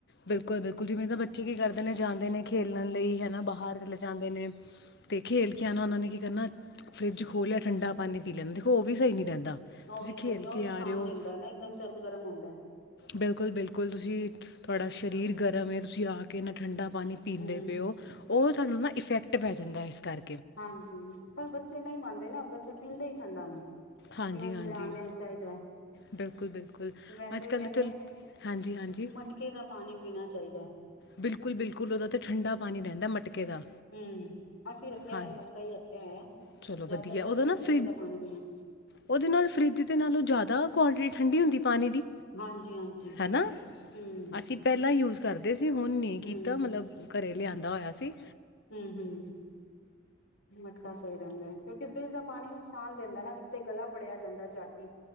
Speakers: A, on the left; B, on the left.
A: ਬਿਲਕੁਲ-ਬਿਲਕੁਲ ਜਿਵੇਂ ਦਾ ਬੱਚਾ ਬੱਚੇ ਕੀ ਕਰਦੇ ਨੇ ਜਾਂਦੇ ਨੇ ਖੇਲਣ ਲਈ ਹੈ ਨਾ ਬਾਹਰ ਚਲੇ ਜਾਂਦੇ ਨੇ, ਤੇ ਖੇਲ ਕੇ ਆਣਾ ਉਹਨਾਂ ਨੇ ਕੀ ਕਰਨਾ ਫਰਿੱਜ ਖੋਲ ਲਿਆ ਠੰਡਾ ਪਾਣੀ ਪੀ ਲੈਂਦੇ ਦੇਖੋ ਉਹ ਵੀ ਸਹੀ ਨਹੀਂ ਰਹਿੰਦਾ। <unintelligible>
B: ਉਹ
A: ਤੁਸੀਂ
B: ਵੀ ਸਹੀ
A: ਖੇਲ
B: ਨੇ ਉਹ
A: ਕੇ
B: ਨੁਕਸਾਨ
A: ਆ ਰਹੇ ਹੋ
B: ਦਿੰਦਾ ਨਾ ਇੱਕਦਮ ਸਰਦ-ਗਰਮ ਹੁੰਦਾ।
A: ਬਿਲਕੁਲ ਬਿਲਕੁਲ ਤੁਸੀਂ ਤੁਹਾਡਾ ਸਰੀਰ ਗਰਮ ਏ ਤੁਸੀਂ ਆ ਕੇ ਇੰਨਾ ਠੰਡਾ ਪਾਣੀ ਪੀਂਦੇ
B: ਹੂੰ।
A: ਪਏ ਓ ਉਹ ਸਾਨੂੰ ਨਾ ਇਫੈਕਟ ਪੈ ਜਾਂਦਾ ਇਸ ਕਰ
B: ਹਾਂਜੀ ਪਰ ਬੱਚੇ ਨਹੀਂ ਮੰਨਦੇ ਨਾ ਬੱਚੇ ਪੀਂਦੇ ਹੀ ਠੰਡਾ ਨੇ।
A: ਹਾਂਜੀ
B: ਉਹਨਾ ਨੂੰ
A: ਹਾਂਜੀ
B: ਤੇ ਆਂਦਿਆਂ ਹੀ ਚਾਹੀਦਾ ਐ।
A: ਬਿਲਕੁਲ ਬਿਲਕੁਲ
B: ਵੈਸੇ
A: ਅੱਜ ਕੱਲ੍ਹ
B: ਕਹਿੰਨੇ
A: ਤਾਂ ਚਲ
B: ਆ,
A: ਹਾਂਜੀ ਹਾਂਜੀ
B: ਮਟਕੇ ਦਾ ਪਾਣੀ ਪੀਣਾ ਚਾਹੀਦਾ।
A: ਬਿਲਕੁਲ-ਬਿਲਕੁਲ ਉਹਦਾ ਤੇ ਠੰਡਾ ਪਾਣੀ ਰਹਿੰਦਾ ਮਟ ਕੇ ਦਾ।
B: ਹੂੰ। ਅਸੀਂ ਰੱਖਿਆ
A: ਹਾਂ,
B: ਹੋਇਆ ਮਟਕਾ ਹੀ ਰੱਖਿਆ ਹੋਇਆ
A: ਚਲੋ
B: ਜ਼ਿਆਦਾਤਰ
A: ਵਧੀਆ ਉਹਦੇ ਨਾ
B: ਮਟਕੇ
A: ਫਰਿ
B: ਦਾ ਪਾਣੀ ਪੀਣਾ
A: ਉਹਦੇ ਨਾਲ ਫਰਿਜ ਦੇ ਨਾਲੋਂ ਜ਼ਿਆਦਾ ਕੁਆਂਟਿਟੀ ਠੰਢੀ ਹੁੰਦੀ ਪਾਣੀ ਦੀ,
B: ਹਾਂਜੀ ਹਾਂਜੀ
A: ਹੈਨਾ,
B: ਹੂੰ
A: ਅਸੀਂ ਪਹਿਲਾਂ ਯੂਜ ਕਰਦੇ ਸੀ ਹੁਣ ਨੀ ਕੀਤਾ
B: ਹੂੰ
A: ਮਤਲਬ ਘਰੇ ਲਿਆਂਦਾ ਹੋਇਆ ਸੀ।
B: ਹੂੰ ਹੂੰ। ਮਟਕਾ ਸਹੀ ਰਹਿੰਦਾ। ਕੀ ਫਰਿਜ ਦਾ ਪਾਣੀ ਨੁਕਸਾਨ ਦਿੰਦਾ ਨਾ ਵੀ ਤੇ ਗਲਾ ਫੜਿਆ ਜਾਂਦਾ ਚਾਟੀ